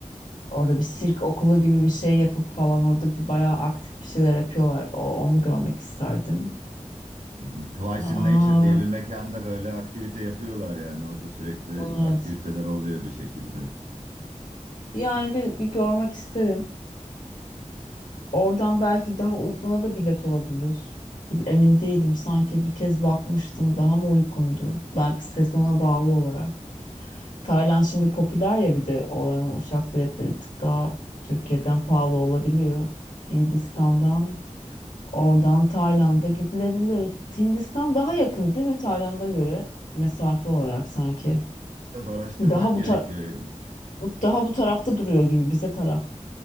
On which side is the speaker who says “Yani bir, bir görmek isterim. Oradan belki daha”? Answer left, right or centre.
Left